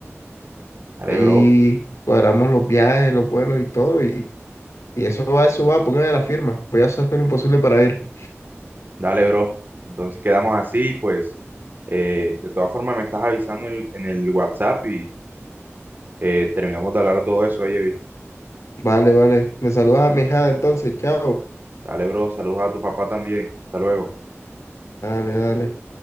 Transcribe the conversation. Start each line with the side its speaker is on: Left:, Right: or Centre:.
Right: dale,
Left: ahí
Right: bro,
Left: cuadramos los viajes, los vuelos y todo, y, y eso va, eso va, póngame la firma. Voy a hacer todo lo imposible para ir.
Right: dale, bro. Entonces quedamos así, pues, eh, de todas formas me estás avisando en el, en el WhatsApp y eh, terminamos de hablar todo eso ahí. ¿viste?
Left: Vale, vale. Me saludas a mi hijada entonces, chao.
Right: Dale, bro, saludos a tu papá también. Hasta luego.
Left: Dale, dale.